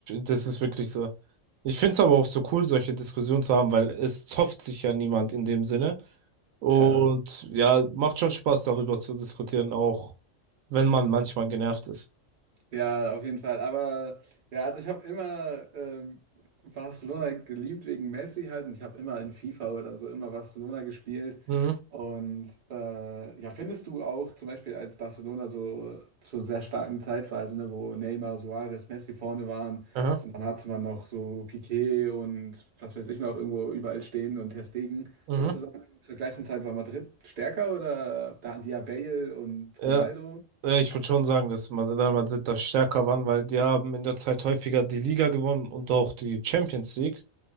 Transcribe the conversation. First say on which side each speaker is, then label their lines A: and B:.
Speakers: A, on the right (about 80°); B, on the right (about 45°).
A: das ist wirklich so. Ich finde es aber auch so cool, solche Diskussionen zu haben, weil es zofft sich ja niemand in dem Sinne. Und
B: Ja.
A: ja, macht schon Spaß, darüber zu diskutieren, auch wenn man manchmal genervt ist.
B: Ja, auf jeden Fall. Aber ja, also ich habe immer ähm, Barcelona geliebt wegen Messi halt. Und ich habe immer in FIFA oder so immer Barcelona gespielt.
A: Mhm.
B: Und äh, ja, findest du auch zum Beispiel, als Barcelona so zur sehr starken Zeit war, also ne, wo Neymar, Suarez, Messi vorne waren
A: Aha.
B: und dann hatte man noch so Piqué und was weiß ich noch irgendwo überall stehen und Ter Stegen.
A: Mhm.
B: Würdest du sagen, zur gleichen Zeit war Madrid stärker oder da hatten die ja Bale und
A: Ja,
B: Ronaldo?
A: äh, ich würde schon sagen, dass man Real Madrid da stärker waren, weil die haben in der Zeit häufiger die Liga gewonnen und auch die Champions League.